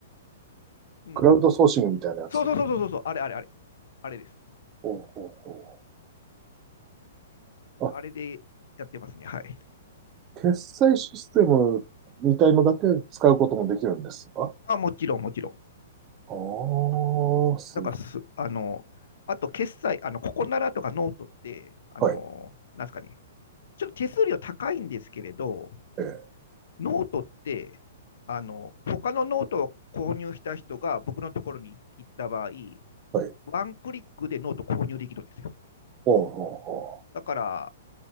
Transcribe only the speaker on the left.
い。うん。
そうそうそうそうそう、あれあれあれ、あれです。
あれでやってますね。はい。
あ、もちろんもちろん。
だからす、あの、あと決済、あの、ここならとかノートって、あの、
なんですかね、ちょっと手数料高いんですけれど、
ノートって、あの、他のノートを購入した人が僕のところに行った場合、
ワンクリックでノート購入できるんですよ。
だから、